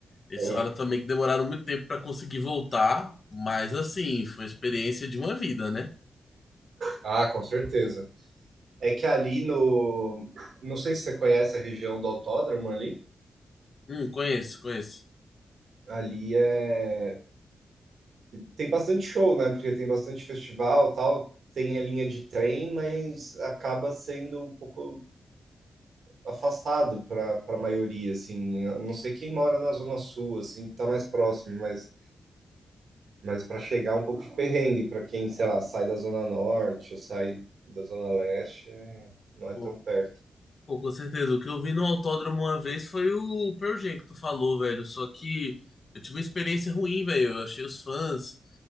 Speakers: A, on the left (about 40°); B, on the right (about 65°).
A: eles
B: É.
A: falaram também que demoraram muito tempo pra conseguir voltar, mas assim, foi a experiência de uma vida, né?
B: Ah, com certeza. É que ali no. Não sei se você conhece a região do autódromo ali.
A: Hum, conheço, conheço.
B: Ali é. Tem bastante show, né? Porque tem bastante festival e tal. Tem a linha de trem, mas acaba sendo um pouco afastado para a maioria, assim. Eu não sei quem mora na Zona Sul, assim, que tá mais próximo, mas, mas para chegar é um pouco de perrengue, para quem, sei lá, sai da Zona Norte ou sai da Zona Leste, é, não é
A: Pô,
B: tão perto.
A: Pô, com certeza. O que eu vi no autódromo uma vez foi o Pearl Jam que tu falou, velho. Só que eu tive uma experiência ruim, velho. Eu achei os fãs,